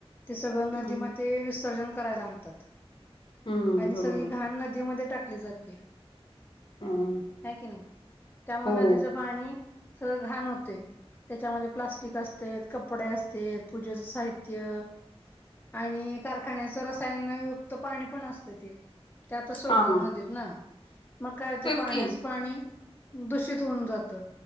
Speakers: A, on the left; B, on the left.
A: ते सगळं नदीमध्ये
B: हम्म
A: विसर्जन करायला आणतात.
B: हम्म
A: आणि
B: बरोबर
A: सगळी घाण नदीमध्ये टाकली जाते.
B: हम्म
A: आहे की नाही त्यामुळे
B: हो
A: नदीचं पाणी सगळं घाण होते. त्याच्यामध्ये प्लास्टिक असते कपडे असते पूजेच स साहित्य आणि कारखान्याचं रसायनयुक्त पाणी पण असतं ते. त्या आता सोडतात
B: हा
A: मधत ना मग काय होते
B: तेच
A: पाण्याचं
B: की
A: पाणी दूषित होऊन जात